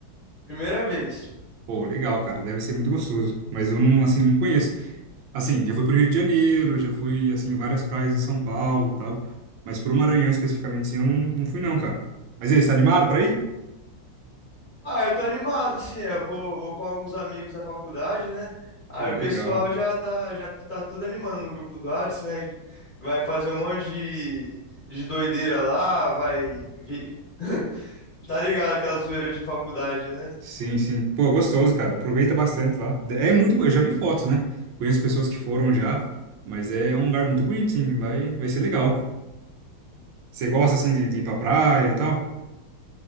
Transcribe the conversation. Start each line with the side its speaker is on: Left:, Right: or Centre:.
Left: Primeira vez.
Right: Pô, legal, cara, deve ser muito gostoso. Mas eu não, assim, não conheço. Assim, já fui pro Rio de Janeiro, já fui, assim, em várias praias em São Paulo e tal. Mas pro Maranhão, especificamente, assim, eu não, não fui não, cara. Mas e aí, você tá animado pra ir?
Left: Ah, eu tô animado, sim. Eu vou, vou com alguns amigos da faculdade, né? Aí
Right: Pô,
Left: o
Right: legal.
Left: pessoal já tá, já tu- tá tudo animando no grupo do Whats, né? que Vai fazer um monte de, de doideira lá, vai. vi- <laughs> Tá ligado aquela zoeira de faculdade, né?
Right: Sim, sim. Pô, gostoso, cara. Aproveita bastante lá. É muito, eu já vi fotos, né? Conheço pessoas que foram já, mas é um lugar muito bonito, sim. Vai, vai ser legal. Você gosta assim de, de ir pra praia e tal?